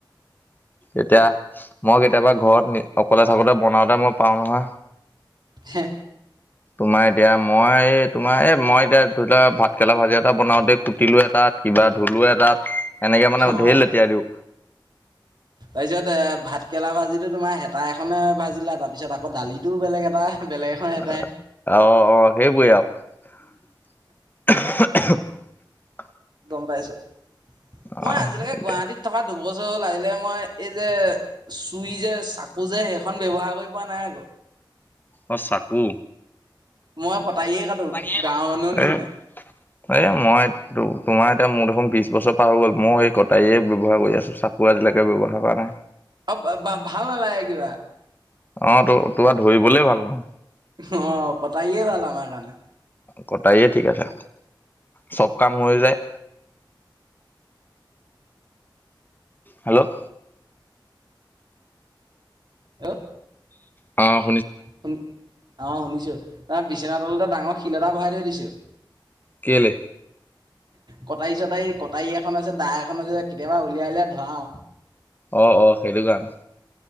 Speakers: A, on the left (about 25°); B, on the right (about 60°).
A: এতিয়া, মই কেতিয়াবা ঘৰত অকলে থাকোতে বনাওতে মই পাওঁ নহয়
B: হে!
A: তোমাৰ এতিয়া মই এ তোমাৰ এই মই এতিয়া ধৰি লোৱা ভাতকেৰেলা ভাজি এটা বনাওতে কুটিলো এটাত, কিবা ধুলো এটাত এনেকে মানে
B: অঁ
A: ধেৰ লেতিয়াই দিওঁ।
B: তাৰপিছত এ ভাত কেৰেলা ভাজিটো তোমাৰ হেতা এখনে ভাজিলা, তাৰপিছত আকৌ দালিটোও বেলেগ এটা বেলেগ এখন হেতাই
A: অ', অ', হেইবোৰে আও। <unintelligible> <unintelligible>
B: গম পাইছো
A: আহ
B: মই আজিলৈকে
A: এতিয়া
B: গুৱাহাটীত থকা দুবছৰ আহিলে মই এই যে <unintelligible> চাকু যে সেইখন ব্যৱহাৰ কৰিব পোৱা নাই আকৌ।
A: অ সাকু
B: মই কটাৰীয়ে কাটো
A: এই
B: গাঁৱৰ মানুহৰ নিচিনাই
A: এই মইতটো তোমাৰ এতিয়া মোৰ দেখোন বিশ বছৰ পাৰ হৈ গ'ল মই এই কটাৰীয়ে ব্যৱহাৰ কৰি আছো চাকু আজিলাকে ব্যৱহাৰ কৰা নাই।
B: অ ভাল নালাগে কিবা।
A: অ ত তোৰ ধৰিবলে ভাল নহয়।
B: অঁ কটায়য়ে ভাল আমাৰ কাৰণে
A: কটায়ে ঠিক আছে, চব কাম হৈ যায়। হেল্ল'
B: হেল্ল
A: অঁ
B: শুনি অঁ শুনিছো অ বিছনা তলতে ডাঙৰ শিল এটা ভৰাই থৈ দে, থৈছু।
A: কেলে?
B: কটাৰী চটাৰী কটাৰী এখন আছে, দা এখন আছে কেতিয়াবা উলিয়াই উলিয়াই ধৰাও।
A: অঁ অঁ সেইটো কাৰণে।